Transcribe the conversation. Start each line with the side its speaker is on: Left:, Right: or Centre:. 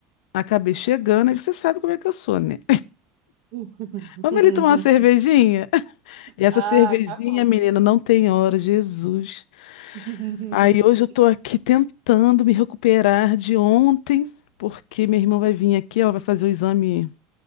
Left: acabei chegando, aí você sabe como é que eu sou, né?
Right: <laughs>
Left: <laughs> Vamos ali tomar uma cervejinha? <laughs> E essa
Right: Ah,
Left: cervejinha,
Right: acabou.
Left: menina, não tem hora, Jesus.
Right: <laughs>
Left: Aí hoje eu tô aqui tentando me recuperar de ontem, porque minha irmã vai vir aqui, ela vai fazer o exame